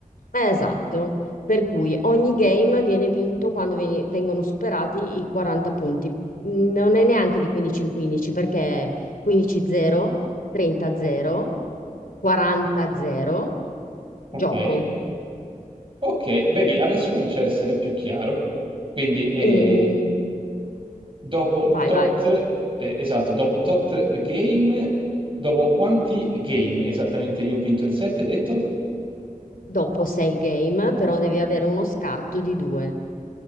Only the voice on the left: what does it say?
Eh, Esatto. Per cui ogni game viene vinto quando veni- vengono superati i 40 punti. Non è neanche di 15 in 15 perché 15-0, 30-0, 40-0, gioco.
In-
Vai,
vai.
Dopo sei game, però devi avere uno scarto di due,